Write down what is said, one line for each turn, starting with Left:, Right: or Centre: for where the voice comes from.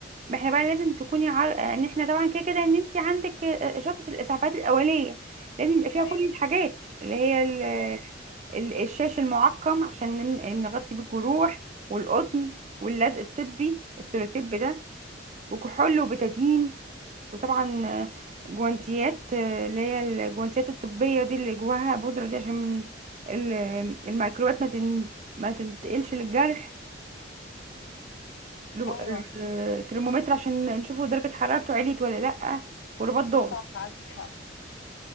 Right: ما احنا بقى لازم تكوني عار... ان احنا طبعا كده كده ان انت عندك شنطه الاسعافات الاوليه لازم يبقى فيها
Left: ايوه
Right: كل الحاجات اللي هي ال...
Left: ايوه
Right: ال- الشاش المعقم عشان ن- نغطي بيه الجروح والقطن واللزق الطبي السيروتيب ده وكحول وبتادين وطبعا آه، جوانتيات آه، اللي هي الجوانتيات الطبية دي اللي جواها بودرة دي عشان ال- الميكروبات ما تن- ما تنتقلش للجرح لو-
Left: أيوة،
Right: آه، ترمومتر عشان نشوفه درجة حرارته عليت ولا لأ ورباط ضغط
Left: صح عندك حق